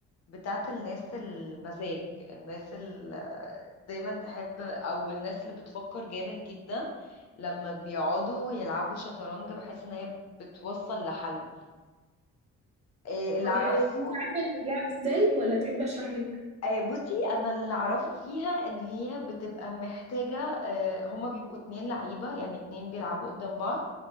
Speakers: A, on the left (about 55°); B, on the right (about 20°).
A: بتاعة الناس المزاج الناس اللي دايما تحب او الناس اللي بتفكر جامد جدا لما بيقعدوا يلعبوا شطرنج بحس ان هي بتوصل لحل إيه،
B: هو
A: اللي اعرفه
B: دي حقيقة طب انتي عارفة هي بتتلعب ازاي ولا تحبي اشرح لك؟
A: آه، بصي انا اللي اعرفه فيها ان هي بتبقى محتاجه آه، هما بيبقوا اتنين لعيبه يعني اتنين بيلعبوا قدام بعض